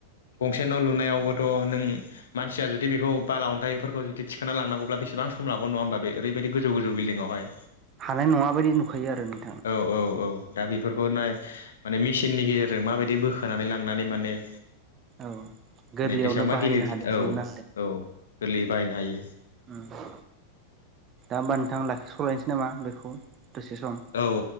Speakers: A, on the left (about 65°); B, on the right (about 30°).
A: गंसे न' लुनायावबोथ' नों मानसिया जुदि बेखौ बाला अन्थाइफोरखौ जुदि थिखोना लांनांगौब्ला बेसेबां सम लागोन नङा होबा बे ओरै बायदि गोजौ गोजौ बिल्डिं आवहाय
B: हानाय नङा बायदि नुखायो आरो नों
A: औ औ औ दा बेफोरखौ नाय माने मेसिननि गेजेरजों माबायदि बोखानै लांनानै माने
B: औ गोरलैयावनो
A: ने बेसेबांबा
B: बाहायनो
A: गिलिर
B: हादों
A: औ
B: लुनो
A: औ गोरलैयै बाहायनो हायो
B: ओम दा होमबा नोंथां लाखिस'लायनोसै नामा बेखौ दसे सम
A: औ